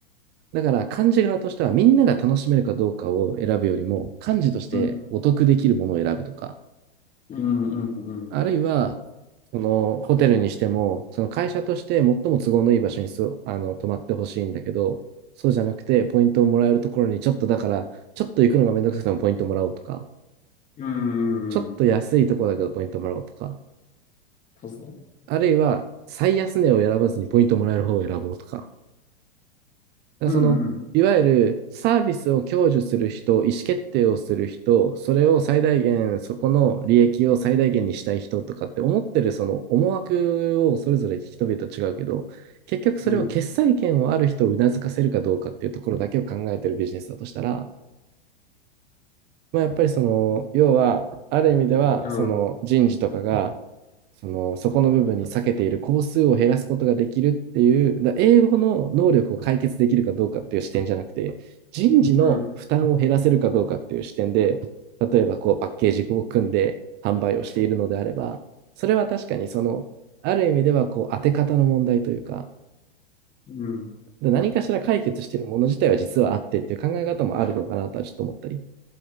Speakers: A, on the right; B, on the left.
A: だから漢字側としてはみんなが楽しめるかどうかを選ぶよりも漢字としてお得できるものを選ぶとか、
B: うん、うん、うん、うん、
A: あるいはそのホテルにしてもその会社として最も都合のいい場所にそあの泊まってほしいんだけど、そうじゃなくてポイントをもらえるところにちょっとだからちょっと行くのがめんどくさくてもポイントもらおうとか、
B: うん、うん、
A: ちょっと安いところだけどポイントもらおうとか、
B: うんそうですね。
A: あるいは最安値を選ばずにポイントもらえる方を選ぼうとか、だらその、
B: うん、うん、
A: いわゆるサービスを享受する人、意思決定をする人、それを最大限、そこの利益を最大限にしたい人とかって思ってるその思惑をそれぞれ人々違うけど、結局それを決裁権をある人をうなずかせるかどうかっていうところだけを考えてるビジネスだとしたら、
B: うん、
A: まあ、やっぱりその、要は、ある意味では、
B: みたいな。
A: その人事とかが、
B: うん、
A: その、そこの部分に避けている工数を減らすことができるっていう、だ英語の能力を解決できるかどうかっていう視点じゃなくて、人事の負担を減らせるかどうかっていう視点で、
B: うん、
A: 例えばこうパッケージを組んで販売をしているのであれば、それは確かにその、ある意味ではこう当て方の問題というか、
B: うん、
A: だ何かしら解決しているもの自体は実はあってっていう考え方もあるのかなとはちょっと思ったり。